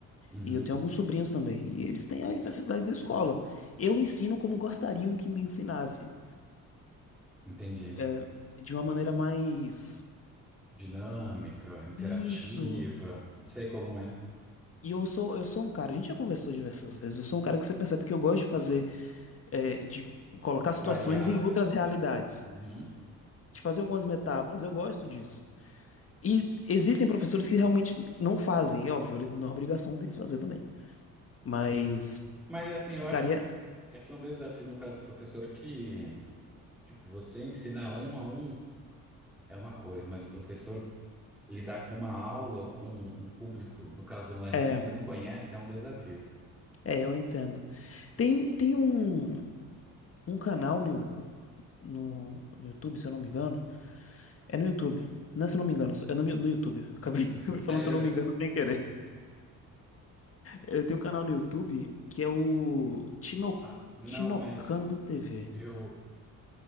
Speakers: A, in the centre; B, on the left.
A: Uhum,
B: E eu tenho alguns sobrinhos também, e eles têm as necessidades da escola. Eu ensino como gostariam que me ensinassem,
A: entendi.
B: é, de uma maneira mais
A: Dinâmica, interativa,
B: isso.
A: sei como é,
B: E eu sou, eu sou um cara, a gente já conversou diversas vezes, eu sou um cara que você percebe que eu gosto de fazer, é, de colocar situações
A: variar.
B: em outras realidades,
A: Uhum.
B: de fazer algumas metáforas, eu gosto disso. E existem professores que realmente não fazem, e óbvio, eles, não é obrigação deles fazer também. Mas
A: É. Mas assim,
B: ficaria.
A: eu acho é que é um desafio no caso do professor que, tipo, você ensinar um a um é uma coisa, mas o professor lidar com uma aula ou com um público, no caso do online,
B: É,
A: que ele não conhece, é um desafio.
B: é, eu entendo. Tem, tem um, um canal no, no, no YouTube, se eu não me engano. É no YouTube. Não, é, se eu não me engano, é no, mi- no YouTube. Acabei <laughs> falando,
A: É,
B: se eu não me engano, sem querer. É, Tem um canal no YouTube que é o Tino,
A: ah, não,
B: Tinocando
A: mas
B: TV.
A: eu,